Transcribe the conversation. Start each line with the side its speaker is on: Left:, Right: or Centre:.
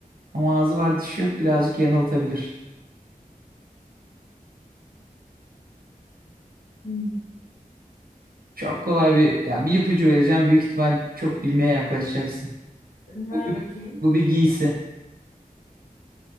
Right: Ama ağzı var dişi yok birazcık yanıltabilir.
Left: Hmm.
Right: Çok kolay bir yani bir ipucu vereceğim. Büyük ihtimal çok bilmeye yaklaşacaksın.
Left: Ver
Right: Bu bir,
Left: bakayım.
Right: bu bir giysi.